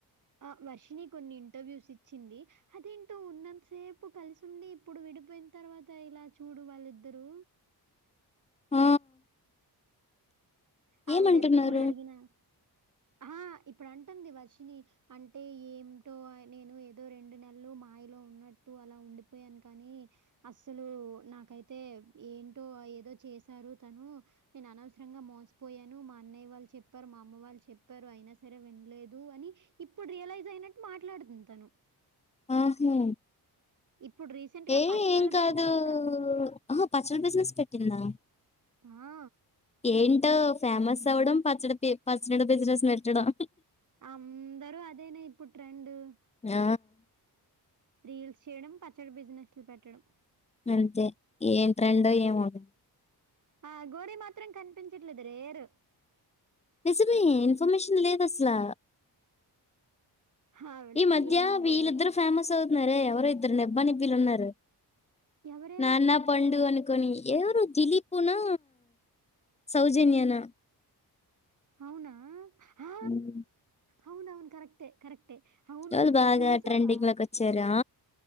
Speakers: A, on the right; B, on the left.
A: ఆ వర్షిని కొన్ని ఇంటర్వ్యూస్ ఇచ్చింది అదేంటో ఉన్నంతసేపు కలిసి ఉండి ఇప్పుడు విడిపోయిన తర్వాత ఇలా చూడు వాళ్ళిద్దరూ
B: ఆ!
A: ఆవిడ
B: ఏమంటున్నారు?
A: ఎప్పుడు అడిగినా ఆ ఇప్పుడు అంటంది వర్షిని అంటే ఏమింటో నేను ఏదో రెండు నెలలు మాయలో ఉన్నట్టు అలా ఉండిపోయాను కానీ అసలు నాకైతే ఏంటో ఏదో చేశారు తను నేను అనవసరంగా మోసపోయాను మా అన్నయ్య వాళ్ళు చెప్పారు మా అమ్మ వాళ్ళు చెప్పారు అయినా సరే వినలేదు అని ఇప్పుడు రియలైజ్ అయినట్టు మాట్లాడుతుంది తను
B: ఆహా
A: ఇప్పుడు రీసెంట్ గా
B: ఏ
A: పచ్చళ్ళ
B: ఏం కాదు.
A: బిజినెస్ కూడా
B: ఆహా! పచ్చడి బిజినెస్ పెట్టిందా?
A: ఆ
B: ఏంటో ఫేమస్ అవడం పచ్చడి పి పచ్చడి బిజినెస్ మెట్టడం
A: అందరూ అదేనే ఇప్పుట్ ట్రెండు
B: ఆ
A: రీల్స్ చేయడం పచ్చడి బిజినెస్లు పెట్టడం
B: అంతే ఏం ట్రెండ్ ఏమో లే
A: ఆ అగోరీ మాత్రం కనిపించట్లేదు రేరు
B: నిజమే ఇన్ఫర్మేషన్ లేదు అసలు
A: ఆవిడ
B: ఈ మధ్య
A: ఏమా గోరి
B: వీళ్ళద్దరూ ఫేమస్ అవుతున్నారే ఎవరై ఇ ఇద్దరు నిబ్బా నిబ్బిలు ఉన్నారు
A: ఎవరే
B: నాన్న పండు అను ఎవరు దలీపునా సౌజన్యనా
A: అవునా హా
B: ఉమ్,
A: అవును అవును కరక్టే కరక్ట్ అవును
B: వాళ్ళు బాగా
A: చూసావా
B: ట్రెండింగ్ లోకి వచ్చారు ఆ